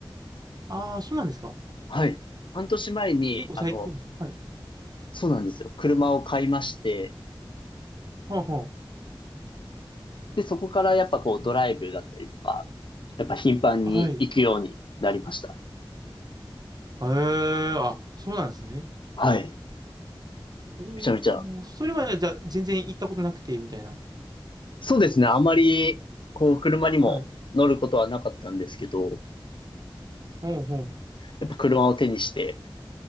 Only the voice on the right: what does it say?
ああー、そうなんですか。
結構最近です。
はい。
はあはあ
はい。ええあ、そうなんですね。
おー、
それまでじゃあ全然行ったことなくて、みたいな。
はい。うんうん。